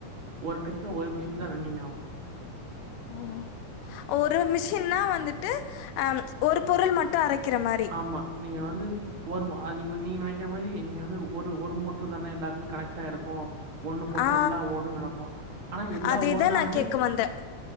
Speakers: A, on the right; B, on the left.
A: ஒரு டைத்துல ஒரு மிஷின் தா ரன்னிங் ஆவு
B: ஓ ஒரு மிஷின்னா வந்துட்டு அம் ஒரு பொருள் மட்டு அரைக்கிற மாரி
A: ஆமா நீங்க வந்து ஒரு மோ அது நீங்கோ நீங்க நெனைக்கிற மாரி நீங்க வந்து ஒரு ஒரு மோட்ரு தான எல்லாத்துலயு கனெக்ட் ஆய்ருக்கு ஒன்னு போட்டா
B: ஆ
A: எல்லா ஓடுன் நெனப்போ ஆனா எல்லா
B: அதேதான்
A: ஓடுனாலுமே
B: நான் கேக்க வந்தேன்.